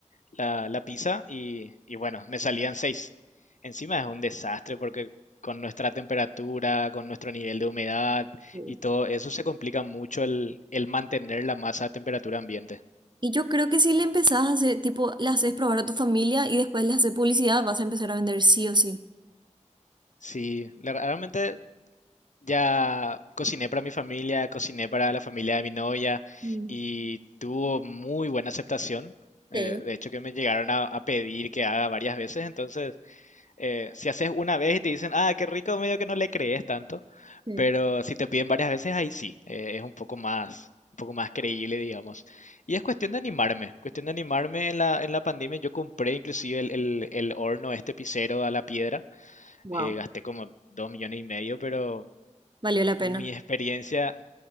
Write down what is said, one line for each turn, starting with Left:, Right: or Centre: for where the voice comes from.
Left: la, la pizza y, y bueno, me salían seis. Encima es un desastre porque con nuestra temperatura, con nuestro nivel de humedad
Right: sí.
Left: y todo eso se complica mucho el, el mantener la masa a temperatura ambiente.
Right: Y yo creo que si le empezás a hacer, tipo, le haces probar a tu familia y después le haces publicidad, vas a empezar a vender sí o sí.
Left: Sí, la- realmente ya cociné para mi familia, cociné para la familia de mi novia
Right: Mm,
Left: y tuvo muy buena aceptación. Eh,
Right: Sí,
Left: de hecho que me llegaron a, a pedir que haga varias veces, entonces Eh, si haces una vez y te dicen, ah, qué rico, medio que no le crees tanto,
Right: sí.
Left: pero si te piden varias veces, ahí sí, eh, es un poco más, un poco más creíble, digamos. Y es cuestión de animarme, cuestión de animarme en la, en la pandemia. Yo compré inclusive el, el- el horno, este pisero a la piedra,
Right: Wow,
Left: eh, gasté como dos millones y medio, pero
Right: valió la pena.
Left: mi experiencia,